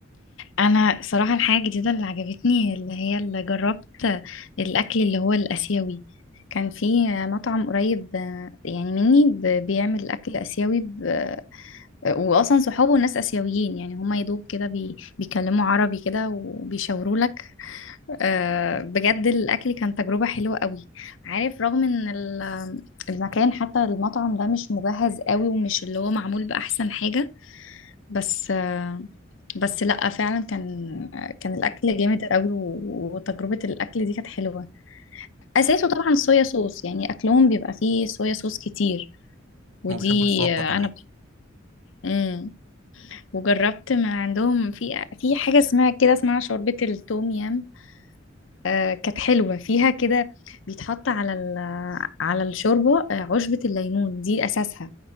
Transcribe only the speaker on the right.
هو بيحب السلطه
كمان